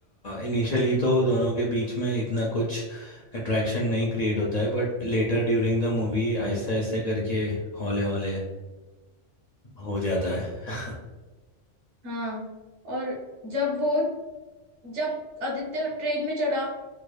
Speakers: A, on the left; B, on the right.
A: इनिशियली तो दोनों के बीच में इतना कुछ अट्रैक्शन नहीं क्रिएट होता है but later during the movie आहिस्ते आहिस्ते करके हौले हौले हो जाता है
B: हाँ और जब वो जब आदित्य ट्रेन में चढ़ा